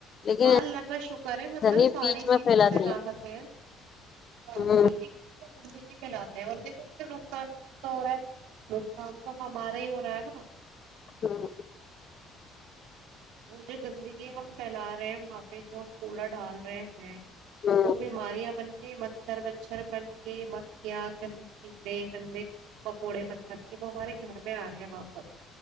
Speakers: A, on the left (about 25°); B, on the right (about 75°).
A: لیکن
B: ہاں اللہ کا شکر ہے
A: ایسا
B: مطلب
A: نہیں
B: ساری
A: بیچ میں
B: چیزوں
A: پھیلاتے
B: سے راحت
A: ہیں
B: ہے زندگی
A: ہوں
B: پھیلاتے ہیں اور دیکھو اس سے نقصان کس کا ہو رہا ہے نقصان تو ہمارا ہی ہو رہا ہے نا
A: ہاں <unintelligible>
B: وہ جو گندگی ہم پھیلا رہے ہیں وہاں پہ جو ہم کوڑا ڈال رہے ہیں
A: ہوں
B: وہ بیماریاں بن مچھر وچھر بن کے مکھیاں گندے گے گندے مکوڑے بن کے وہ ہمارے گھر میں آ رہے ہیں واپس